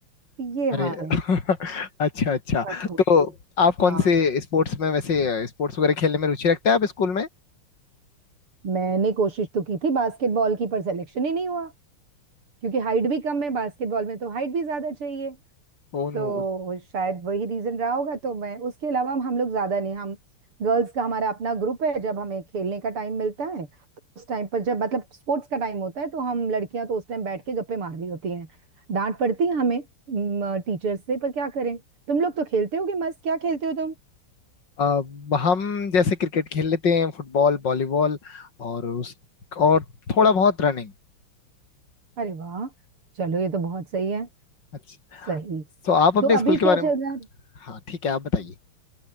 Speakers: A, on the right; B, on the left.
A: ये हाल
B: अरे
A: है
B: <laughs> अच्छा अच्छा
A: मत पूछो
B: तो आप कौन
A: हाँ
B: से स्पोर्ट्स में वैसे स्पोर्ट्स वगैरह खेलने में रुचि रखते हैं आप स्कूल में
A: मैंने कोशिश तो की थी बास्केटबॉल की पर सिलेक्शन ही नहीं हुआ क्योंकि हाइट भी कम है बास्केटबॉल में तो हाइट भी ज्यादा चाहिए
B: Oh
A: तो
B: no
A: शायद वही रीजन रहा होगा तो मैं उसके अलावा हम हम लोग ज्यादा नहीं हम गर्ल्स का हमारा अपना ग्रुप है जब हमें खेलने का टाइम मिलता है तो उस टाइम पर जब मतलब स्पोर्ट्स का टाइम होता है तो हम लड़कियां तो उस टाइम बैठ के गप्पे मार रही होती हैं डांट पड़ती है हमें टीचर से पर क्या करें तुम लोग तो खेलते होगे मस्त क्या खेलते हो तुम
B: अब हम जैसे क्रिकेट खेल लेते हैं फुटबॉल वॉलीबॉल और उस और थोड़ा बहुत रनिंग
A: अरे वाह चलो ये तो बहुत सही है
B: अच्छा
A: सही
B: तो आप अपने
A: तो
B: स्कूल
A: अभी
B: के
A: क्या
B: बारे
A: चल
B: में
A: रहा है
B: हाँ ठीक है आप बताइए